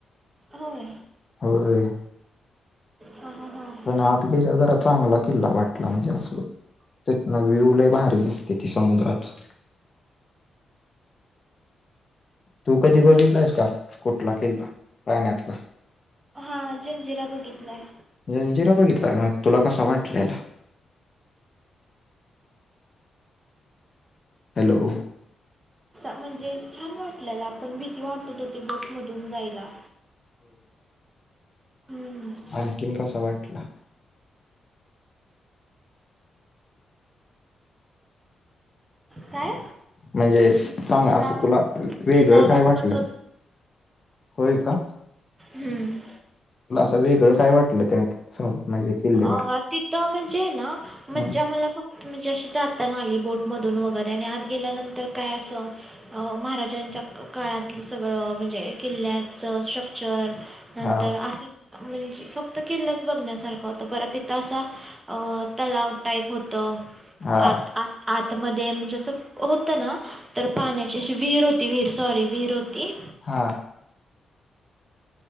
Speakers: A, on the right; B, on the left.
A: होय.
B: होय.
A: हां, हां, हां.
B: पण आत गेल्या जरा चांगला किल्ला वाटला म्हणजे असं तिथंन व्यू लई भारी दिसतती समुद्राच तू कधी बघितल्यास
A: बरं
B: का? कुटला किल्ला पाण्यातला?
A: हा जंजिरा बघितलाय
B: जंजिरा बघितलाय तुला कसा वाटलेला हॅलो
A: म्हणजे छान वाटल्याला पण भीती वाटत होती बोट मधून जायला हम्म.
B: आणखीन कसा वाटला
A: काय
B: माजे सांग
A: तुझा
B: असं
A: आवाज
B: तुला वेगळं
A: तुझा आवाज
B: काय वाटलं
A: कट होत
B: होय का
A: हम्म
B: अस वेगळ काय वाटलं त्या म्हणजे किल्ल्यावर
A: अ तिथं म्हणजे ना मज्जा
B: हम्म
A: मला फक्त म्हणजे अशी जात आली बोटमधून वगैरे आणि आत गेल्यानंतर काय असं महाराजांच्या काळातलं सगळं म्हणजे किल्ल्याचं स्ट्रक्चर नंतर
B: हा
A: अस म्हणजे फक्त किल्लाच बघण्यासारखा होता परत तिथं असा तलाव टाईप होत आत
B: हा
A: आत आत मध्ये म्हणजे असं होतं ना तर पाण्याची अशी विहीर होती विहीर सॉरी विहीर होती.
B: हा.